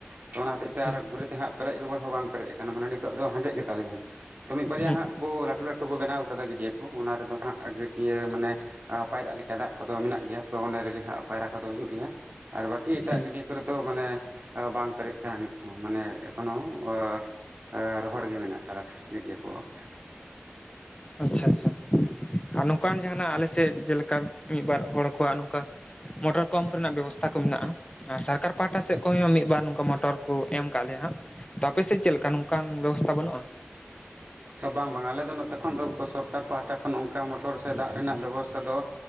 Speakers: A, on the right (about 45°); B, on the left (about 25°).
A: ᱛᱚ ᱚᱱᱟ ᱛᱮ ᱦᱚᱛᱮᱡ ᱛᱮ
B: ᱦᱩᱸ
A: ᱟᱨ ᱜᱷᱩᱨᱤᱭᱟᱹᱛᱮ ᱦᱟᱸᱜ ᱯᱮᱨᱮᱡ ᱨᱩᱣᱟᱹᱲ ᱦᱚᱸ ᱵᱟᱝ ᱯᱮᱨᱮᱡ ᱟᱠᱟᱱᱟ ᱢᱟᱱᱮ ᱱᱤᱛᱳᱜ ᱫᱚ ᱦᱟᱸᱡᱮᱫ ᱜᱮ ᱛᱟᱞᱮᱭᱟ᱾ ᱛᱚ ᱢᱤᱫ ᱵᱟᱨᱭᱟ
B: ᱦᱩᱸ
A: ᱦᱟᱸᱜ ᱠᱚ ᱞᱟᱹᱴᱩ- ᱞᱟᱹᱴᱩ ᱠᱚ ᱵᱮᱱᱟᱣ ᱟᱠᱟᱫᱟ ᱜᱟᱹᱰᱭᱟᱹ ᱠᱚ ᱚᱱᱟ ᱨᱮᱫᱚ ᱦᱟᱸᱜ ᱜᱟᱹᱰᱭᱟᱹ ᱢᱟᱱᱮ ᱟ ᱯᱟᱭᱨᱟᱜ ᱞᱮᱠᱟ ᱫᱟᱜ ᱠᱚᱫᱚ ᱢᱮᱱᱟᱜ ᱜᱮᱭᱟ ᱛᱚ ᱚᱱᱟ ᱨᱮᱜᱮ ᱦᱟᱸᱜ ᱯᱟᱭᱨᱟ ᱠᱚᱫᱚ ᱦᱩᱭᱩᱜ ᱜᱮᱭᱟ᱾ ᱟᱨ ᱵᱟᱹᱠᱤ ᱮᱴᱟᱜ
B: ᱦᱩᱸ
A: ᱜᱟᱹᱰᱟᱹ ᱠᱚᱨ ᱫᱚ ᱢᱟᱱᱮᱼᱼ ᱟ ᱵᱟᱝ ᱯᱮᱨᱮᱡ ᱟᱠᱟᱱᱟ ᱱᱤᱛᱦᱚᱸ ᱢᱟᱱᱮ ᱮᱠᱷᱚᱱᱳ-ᱟ ᱨᱚᱦᱚᱲᱜᱮ ᱢᱮᱱᱟᱜ ᱟᱠᱟᱫᱟ ᱨᱤᱰᱳ ᱠᱚ <unintelligible>
B: ᱟᱪᱪᱷᱟ ᱟᱪᱪᱷᱟ ᱟᱨ ᱱᱚᱝᱠᱟᱱ ᱡᱟᱦᱟᱱᱟᱜ ᱟᱞᱮ ᱥᱮᱫ ᱡᱮᱞᱮᱠᱟ ᱢᱤᱫ ᱵᱟᱨ ᱦᱚᱲ ᱠᱚᱣᱟᱜ ᱱᱚᱝᱠᱟ ᱢᱚᱴᱚᱨ ᱯᱟᱢᱯ ᱨᱮᱱᱟᱜ ᱵᱮᱵᱚᱥᱛᱷᱟ ᱠᱚ ᱢᱮᱱᱟᱜᱼᱟ ᱟᱨ ᱥᱚᱨᱠᱟᱨᱼᱼ ᱯᱟᱦᱟᱴᱟ ᱥᱮᱫ ᱠᱷᱚᱱ ᱦᱚᱸ ᱢᱤᱫ ᱵᱟᱨ ᱱᱚᱝᱠᱟ ᱢᱚᱴᱚᱨ ᱠᱚ ᱮᱢ ᱟᱠᱟᱫ ᱞᱮᱭᱟ ᱦᱟᱸᱜ᱾ ᱛᱚ ᱟᱯᱮᱮᱥᱮᱫ ᱪᱮᱫ ᱞᱮᱠᱟ ᱱᱚᱝᱠᱟᱱ ᱵᱮᱵᱚᱥᱛᱷᱟ ᱵᱟᱹᱱᱩᱜᱼᱟ?
A: ᱵᱟᱝ ᱵᱟᱝ ᱟᱞᱮ ᱫᱚ ᱱᱚᱛᱮ ᱠᱷᱚᱱ ᱫᱚ ᱥᱚᱨᱠᱟᱨ ᱯᱟᱦᱴᱟᱼᱼ ᱠᱷᱚᱱ ᱚᱱᱠᱟ ᱢᱚᱴᱚᱨ ᱥᱮ ᱫᱟᱜ ᱨᱮᱱᱟᱜ ᱵᱮᱵᱚᱥᱛᱷᱟ ᱫᱚ